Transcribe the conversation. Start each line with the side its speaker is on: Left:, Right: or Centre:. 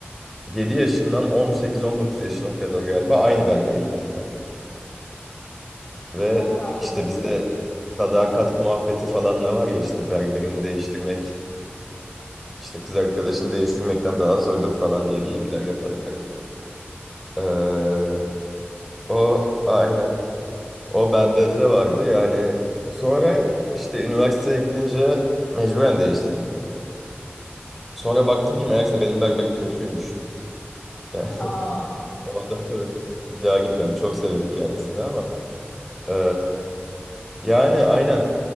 Centre: 7 yaşından on sekiz on dokuz yaşına kadar galiba aynı berbere gittim hep. Ve
Left: yok artık.
Centre: işte bizde sadakat muhabbeti falan da var ya işte berberini değiştirmek işte kız arkadaşını değiştirmekten daha zordur falan diye geyikler yaparlar hatta. Ee, o aynen. O bende de vardı yani. Sonra işte üniversiteye gidince mecburen değiştirdim. Sonra baktım ki meğerse benim berberim kötüymüş. Yani <laughs>
Left: Aa.
Centre: o adamla da bir daha gitmedim. Çok severim kendisini ama. Ee, yani aynen.